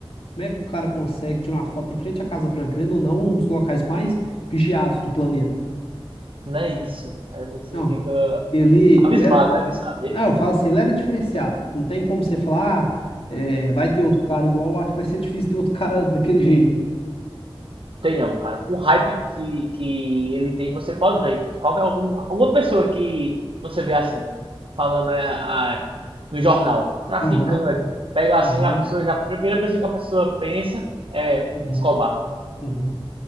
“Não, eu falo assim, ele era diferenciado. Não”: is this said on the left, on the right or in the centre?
Left